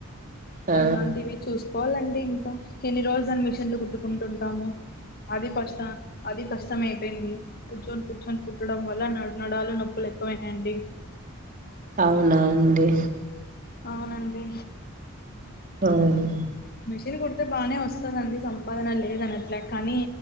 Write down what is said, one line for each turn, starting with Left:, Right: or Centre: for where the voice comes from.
Right: ఆ
Left: అట్లాంటివి చూస్కోవాలండి ఇంకా ఎన్ని రోజులని చెలు కుట్టుకుంటుంటాము అది కష్ట అది కష్టమయిపేమ్ది కూర్చొని కూర్చొని కుట్టడం వల్ల నడ నడాలు నొప్పులు ఎక్కువైనాయండి
Right: అవునా అండి
Left: అవునండి
Right: మరి
Left: మిషన్ కుడితే బానే వస్తదండి సంపాదన లేదనట్ల కానీ